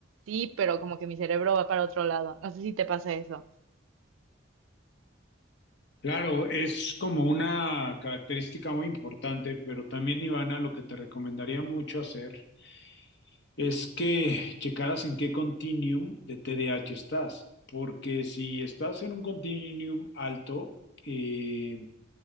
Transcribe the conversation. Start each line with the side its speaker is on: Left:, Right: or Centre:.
Right: sí, pero como que mi cerebro va para otro lado. No sé si te pasa eso.
Left: Claro, es como una característica muy importante, pero también, Ivana, lo que te recomendaría mucho hacer es que checaras en qué continuum de TDAH estás, porque si estás en un continuum alto, eh,